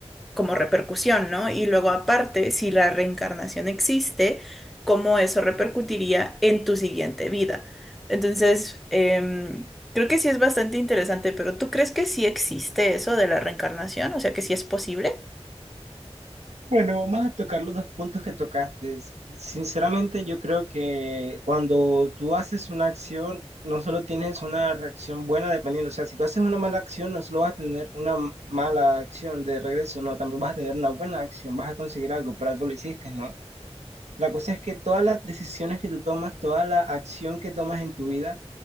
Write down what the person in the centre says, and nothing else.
como repercusión, ¿no? Y luego aparte, si la reencarnación existe, ¿cómo eso repercutiría en tu siguiente vida? Entonces, em, creo que sí es bastante interesante, pero ¿tú crees que sí existe eso de la reencarnación? O sea, que sí es posible.